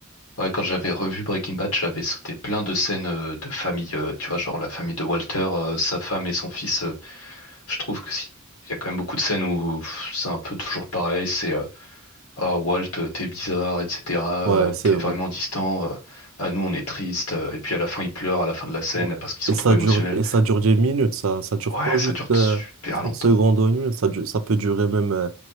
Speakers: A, on the left (about 85°); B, on the right (about 65°).
A: ouais, quand j'avais revu Breaking Bad, j'avais sauté plein de scènes euh, de famille, euh, tu vois, genre la famille de Walter, euh, sa femme et son fils. euh, je trouve que si. Il y a quand même beaucoup de scènes où pff, c'est un peu toujours pareil, c'est euh, Ah, Walt, euh, t'es bizarre, etc.
B: Ouais,
A: euh,
B: c'est
A: T'es
B: vrai.
A: vraiment distant. euh, Ah, nous, on est triste. euh, Et puis à la fin, ils pleurent à la fin de la scène
B: Ouais.
A: parce qu'ils sont
B: Et ça
A: trop émotionnels.
B: dure, et ça dure 10 minutes, ça, ça dure
A: Ouais,
B: pas juste
A: ça dure
B: euh,
A: super
B: 30
A: longtemps.
B: secondes ou une minute, ça, dure- ça peut durer même euh,